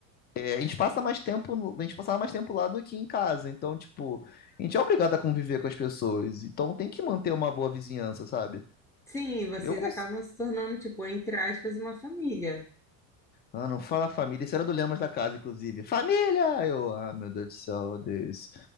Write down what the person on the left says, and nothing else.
é, a gente passa mais tempo, a gente passava mais tempo lá do que em casa, então, tipo, a gente é obrigado a conviver com as pessoas, então tem que manter uma boa vizinhança, sabe?
Eu consigo.
Ah, não fala família, isso era do Lemos da casa, inclusive. Família! Eu, ah, meu Deus do céu, Deus.